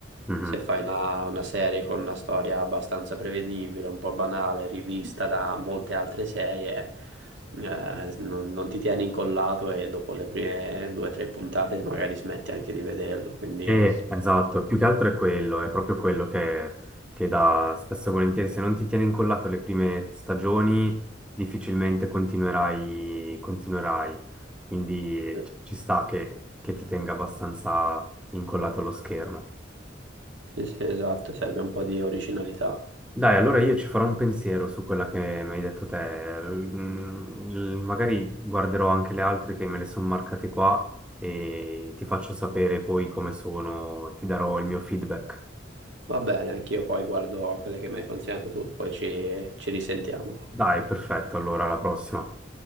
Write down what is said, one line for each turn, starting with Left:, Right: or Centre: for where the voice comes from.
Centre: Mhm.
Right: se fai una, una serie con una storia abbastanza prevedibile, un po' banale, rivista da molte altre serie, eh, non, non ti tieni incollato e dopo le prime due o tre puntate magari smetti anche di vederlo, quindi...
Centre: Eh, esatto, più che altro è quello, è proprio quello che, che dà spesso e volentieri, se non ti tiene incollato le prime stagioni, difficilmente continuerai, continuerai. Quindi
Right: Sì,
Centre: ci ci sta che, che ti tenga abbastanza incollato lo schermo.
Right: sì, esatto, serve un po' di originalità.
Centre: Dai, allora io ci farò un pensiero su quella che mi hai detto te. Mm, l- Magari guarderò anche le altre che me le sono marcate qua e ti faccio sapere poi come sono, ti darò il mio feedback.
Right: Va bene, anch'io poi guardo quelle che mi hai consigliato tu, poi ci ci risentiamo.
Centre: Dai, perfetto, allora alla prossima.